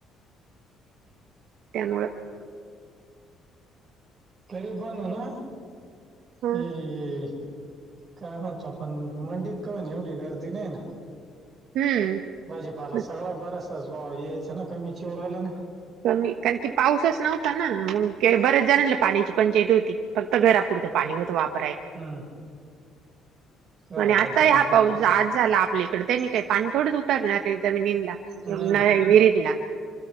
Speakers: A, on the right; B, on the right.
A: त्यामुळं
B: तेरी पण ना.
A: हा.
B: ते काय म्हणतो आपण मंडीत का ना एवढी गर्दी नाही ना.
A: हम्म.
B: भाजीपाला
A: मग
B: सगळा बऱ्याच लो याच ना कमी चि उराला ना.
A: कमी कारण की पाऊसच नव्हता ना बरेच जणल ना पाण्याची पंचायती होती. फक्त घरपरं पाणी होत वाप
B: हम्म. घरापुरतं
A: म्ह आता
B: पाणी
A: हा
B: होत
A: पाऊस
B: त्याच्या
A: आज झाला आपल्याकड त्यांनी काही पाणी थोडंच उतरणार आहे जमिनींला
B: नाही
A: णा
B: नाही
A: वीरला